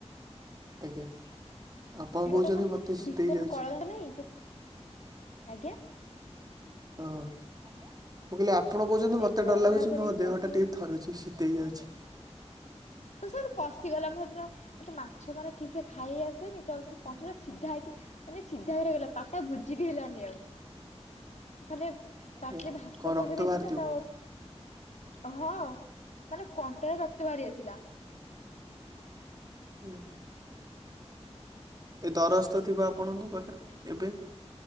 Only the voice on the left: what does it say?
ଭିତରେ
ମାନେ
କଳ ଦାନ୍ତ ନାଇଁ ସେଇ ଆଜ୍ଞା।
ସେ
କଳ
ଦାନ୍ତରେ
ପଶିଗଲା
ତ ସେଠୁ ପଶିଗଲା ମୋ ସେ ଦିନ ମତେ ମାଛ ମାନେ ଠିକ ସେ ଖାଇ ଆସେନି ତ କଣ୍ଟାଟା ସିଧା ହେଇକି ମାନେ ସିଧା ହେଇକି ରହିଗଲା ପାଟିଟା ବୁଝି ବି ହେଇଲାନି ଆଉ। ମାନେ ପାଟିରେ
ଭାତ
ପଶେଇ ଦେଇଚି
ନା ତ ହଁ ମାନେ କଣ୍ଟାରେ ରକ୍ତ ବାହାରି ଆସିଲା।